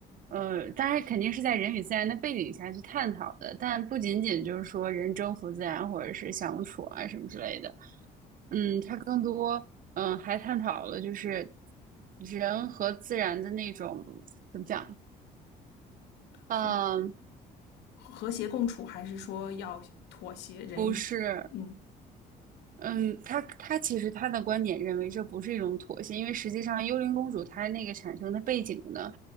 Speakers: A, on the right; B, on the left.
A: 呃，当然肯定是在人与自然的背景下去探讨的，但不仅仅就是说人征服自然或者是相处啊什么之类的。嗯，他更多，嗯、还探讨了就是人和自然的那种怎么讲，嗯、
B: 和和谐共处，还是说要妥协人？
A: 不是
B: 嗯
A: 嗯，他他其实他的观点认为这不是一种妥协，因为实际上《幽灵公主》它那个产生的背景呢，